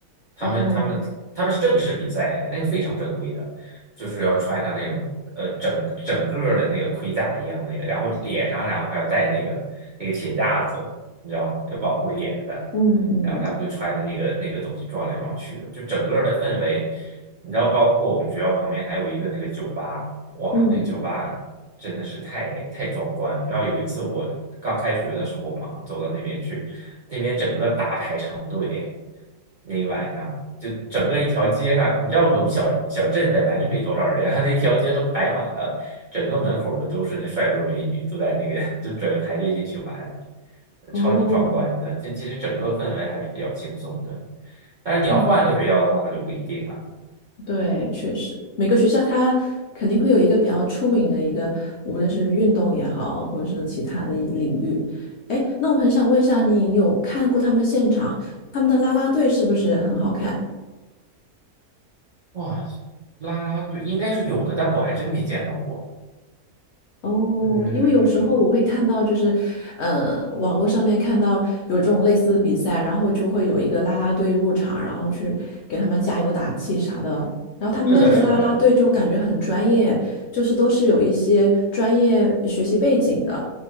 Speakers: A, on the right (about 55°); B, on the left (about 65°).
A: 他们他们他们是正式比赛，
B: 哦，
A: 那个非常正规的，就是要穿上那种呃整整个儿的那个盔甲一样的那个，然后脸上然后还要戴那个那个铁架子，你知道，要保护脸的。
B: 嗯嗯
A: 然后他们就穿的那个那个东西撞来撞去的，就整个儿的氛围，你知道，包括我们学校旁边还有一个那个酒吧，哇，
B: 嗯，
A: 那个酒吧真的是太太壮观了你知道有一次我刚开学的时候嘛，我走到那边去，那边整个大排长队，那个晚上就整个一条街上，你知道我们小小镇本来就没多少人啊，<laughs> 那一条街都排满了，整个门口儿的都是那帅哥美女，都在那个 <laughs> 都准备排队进去玩，
B: 哦，
A: 超级壮观的。这其实整个氛围还是比较轻松的，但是你要换个学校的话，
B: 嗯，
A: 可就不一定了。
B: 对，确实，每个学校它肯定会有一个比较出名的一个，无论是运动也好，或者是其他的一领域。哎，那我很想问一下，你有看过他们现场，他们的啦啦队是不是很好看？
A: 哇，啦啦队应该是有的，但我还真没见到过。
B: 哦，
A: 嗯，
B: 因为有时候我会看到，就是，呃，网络上面看到有这种类似的比赛，然后就会有一个啦啦队入场，然后去给他们加油打气啥的。然后他们那些啦啦队就感觉很专业，
A: 是的，是的，
B: 就是都是有一些专业学习背景的，